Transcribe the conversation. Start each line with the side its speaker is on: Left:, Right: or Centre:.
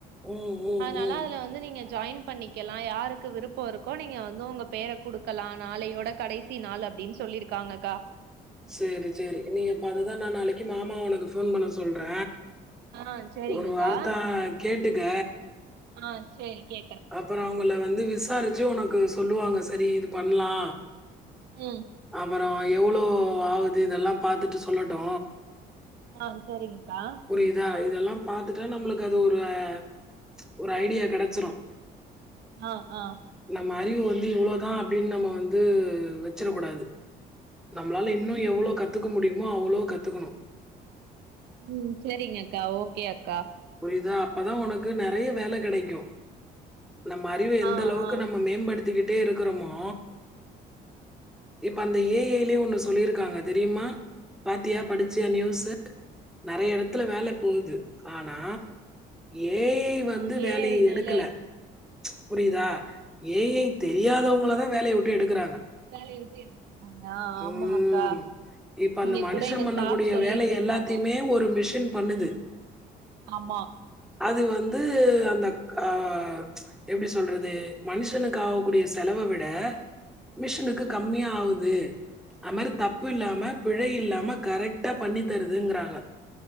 Centre: ம் ம்
Right: அனாலா
Centre: ம்
Right: அதுல வ ந்து நீங்க ஜாயின் பண்ணிக்கெலா யாருக்கு விருப்பொ இருக்கோ நீங்க வந்து உங்க பேர குடுக்கலா நாளையோட கடை சி நாலு அப்டின் சொல்லிருக்காங்கக்கா
Centre: சேரி சேரி நீங்க அப்ப அதுதா நா நாளைக்கி மாமாவ ஒனக்கு ஃபோன் பண்ண சொல்ற
Right: ஆ சேரிங்கக்கா
Centre: ஒரு வார்த்த கேட்டுக்க
Right: ஆ சேரி கே
Centre: அப்பறொ அவ்ங்கள வந்து விசாரிச்சி ஒனக்கு சொல்லுவாங்க சரி இது பண்லா
Right: ம்
Centre: அப்றோ எவ்ளோ ஆவுது இதெல்லா பாத்துட்டு சொல்லட்டு
Right: ஆ சரிங்ககா
Centre: புரிதா இதெல்லா பாத்துட்தா நம்ளுக்கு அது ஒரு அ ஒரு ஐடியா கெடச்சிரு
Right: ஆ ஆ
Centre: நம்ம அறிவு வந்து இவ்ளோ தா அப்டின் நம்ம வந்து வச்சிற கூடாது நம்ளால
Right: ம்
Centre: இன்னு எவ்ளோ கத்துக்க முடியுமோ அவ்ளோ கத்துக்கணு
Right: ம் சேரிங்கக்கா ஓகே அக்கா
Centre: புரிதா அப்பதா உனக்கு நெறைய வேல கெடைக்கு நம்ம அறிவ எந்த
Right: ஆ
Centre: அளவுக்கு
Right: ஆ
Centre: நம்ம மேம்படுத்திக்கிட்டே இருக்குறோமோ இப்ப அந்த ஏ ஐலே ஒண்ணு சொல்லிருக்காங்க தெரியுமா பாத்தியா படிச்சியா நியூஸு நெறைய எடத்துல வேல போது ஆனா ஏ ஐ ஐ வந்து
Right: ஆ ஏ
Centre: வேலய
Right: ஐ னால
Centre: எடுக்கல புரிதா ஏ ஐ தெரியாதவங்கள தா வேலய விட்டு எடுக்றாங்க
Right: வேலய விட்டு எடுத் அங்யா ஆமாக்கா
Centre: ம். இப்ப அந்த
Right: இங்க
Centre: மனுஷன்
Right: கூட எங்க
Centre: பண்ணக்கூடிய
Right: ஸ்டாப் சொல்லிட்ருந்தாங்க
Centre: வேலை எல்லாத்தையுமே ஒரு மிஷின் பண்ணுது
Right: ஆமா
Centre: அது வந்து அந்தக் ஆ எப்டி சொல்றது மனுஷனுக் ஆவக்கூடிய செலவ விட மிஷினுக்கு கம்மியா ஆவுது அ மாரி தப்பு இல்லாம பிழை இல்லாம கரெக்ட்டா பண்ணி தருதுங்குறாங்க